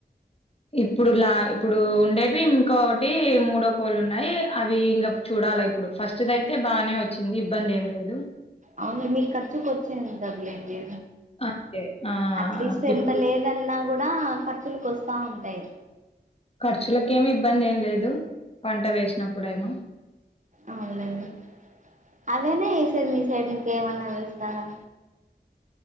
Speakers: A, on the left; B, on the right.
A: ఇప్పుడు లా ఇప్పుడు ఉండేటివి ఇంకోటి మూడో కోళ్ళు ఉన్నాయి అవి ఇంక చూడాలా ఇప్పుడు ఫస్ట్ దయితే బాగానే వచ్చింది ఇబ్బంది ఏం లేదు
B: అవును మీకు ఖర్చుకు వచ్చింది దగులేండి
A: అంతే. ఆ!
B: అట్లీస్ట్
A: ఇప్పుడు
B: ఎంత లేదన్నా కూడా ఖర్చులకు వస్తా ఉంటాయి
A: ఖర్చులకి ఏమి ఇబ్బంది ఏం లేదు పంట వేసినప్పుడేమో
B: అవునలేండి అవనే వేసేది మీ సైడ్ ఇంకేమన్నా వేస్తారా